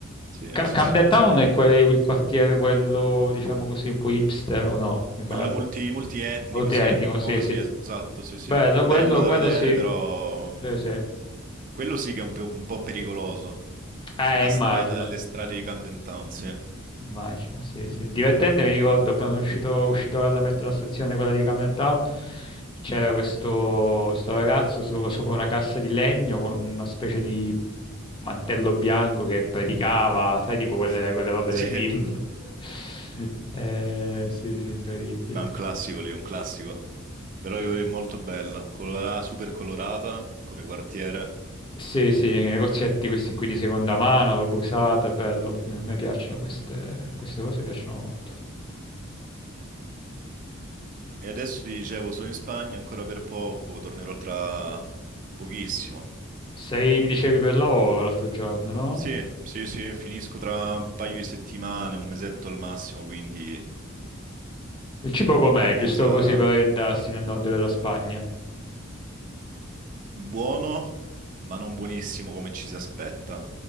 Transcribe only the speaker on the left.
Camden
Town è que- il quartiere, quello, diciamo così, un po' hipster o no? Mi
pare.
Molto
etnico,
sì,
sì.
Bello,
quello,
quello
sì.
Sì, sì.
Eh,
immagino.
Immagino, sì, sì. Divertente, mi ricordo, appena sono uscito, uscito dalla metro della stazione, quella di Camden Town, c'era questo, sto ragazzo sopra, sopra una cassa di legno con una specie di mantello bianco che predicava, sai, tipo
quelle, quelle robe da
film. <laughs> Eh, sì, sì, incredibile.
Sì, sì, i negozietti questi qui di seconda mano, roba usata, bello. A me piacciono queste, queste cose, piacciono molto.
Sei, mi dicevi, per lavoro l'altro giorno, no?
Il cibo com'è?
Giusto
così per orientarsi nel nord della Spagna.